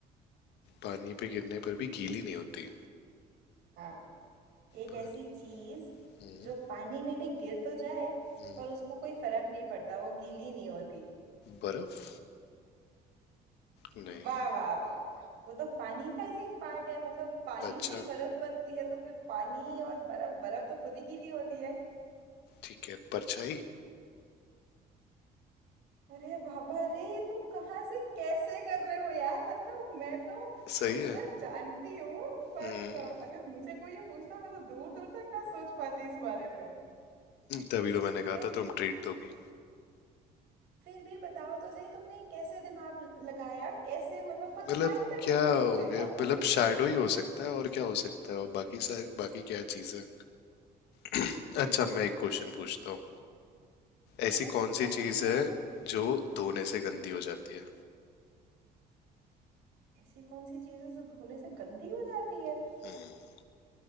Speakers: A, on the left (about 80°); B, on the right (about 85°).
A: पानी पे गिरने पर भी गीली नहीं होती
B: हाँ एक
A: पर-
B: ऐसी चीज
A: हम्म,
B: जो पानी में भी गिर तो जाए
A: हम्म,
B: पर उसको कोई फर्क नहीं पड़ता वो गीली नहीं होती
A: बर्फ नहीं
B: वाह वाह वाह वाह वो तो पानी का ही एक पार्ट है मतलब पानी
A: अच्छा
B: से ही बर्फ बनती है तो फिर पानी और बर्फ बर्फ तो खुद ही गीली होती है
A: ठीक है परछाई
B: अरे बाबा रे ये तुम कहाँ से कैसे कर रहे हो यार मतलब मैं तो
A: सही
B: उत्तर
A: है
B: जानती हूँ पर
A: हम्म
B: अ, अगर मुझे कोई ये पूछता मैं तो दूर दूर तक ना सोच पाती इस बारे में
A: तभी तो मैंने कहा
B: फिर
A: था
B: भी
A: तुम ट्रीट दोगी
B: फिर भी बताओ तो सही तुमने कैसे दिमाग लगाया कैसे मतलब परछाई
A: मतलब
B: तक
A: क्या
B: कैसे
A: हो
B: पहुंचे
A: गया
B: यार
A: मतलब
B: तुम
A: शैडो ही हो सकता है और क्या हो सकता है और बाकी सारी बाकी क्या चीज है <clears throat> अच्छा मैं एक क्वेश्चन पूछता हूँ
B: चलो
A: ऐसी कौन
B: ठीक
A: सी
B: है
A: चीज
B: पूछो
A: है
B: यार
A: जो धोने से गंदी हो जाती है
B: ऐसी कौन सी चीज है जो धोने से गंदी हो जाती है
A: हम्म